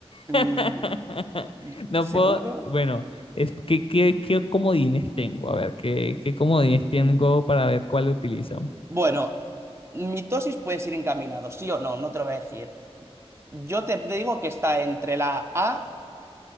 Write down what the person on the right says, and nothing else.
Mm,
y-
¿seguro?
Bueno, mitosis puedes ir encaminado, sí o no, no te lo voy a decir. Yo te digo que está entre la A,